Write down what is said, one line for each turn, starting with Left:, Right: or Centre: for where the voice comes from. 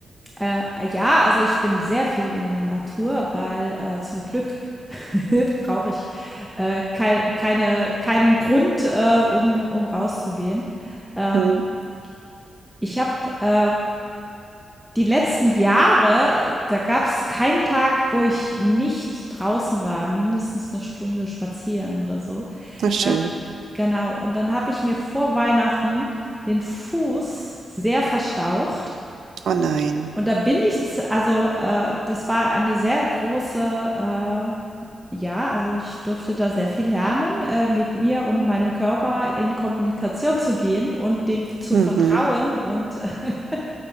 Centre: Äh, ja, also ich bin sehr viel in der Natur, weil äh, zum Glück <laughs> brauche ich äh, kei keine, keinen Grund, äh, um, um rauszugehen. Ähm,
Right: Hm,
Centre: ich habe äh, die letzten Jahre, äh, da gab es keinen Tag, wo ich nicht draußen war, mindestens eine Stunde spazieren oder so.
Right: na schön.
Centre: Ähm, genau, und dann habe ich mir vor Weihnachten den Fuß sehr verstaucht.
Right: Oh nein.
Centre: Und da bin ich z also, äh, das war eine sehr große äh, ja, also ich durfte da sehr viel lernen, äh, mit mir und meinem Körper in Kommunikation zu gehen und dem zu
Right: Mhm.
Centre: vertrauen. Und äh, <laughs>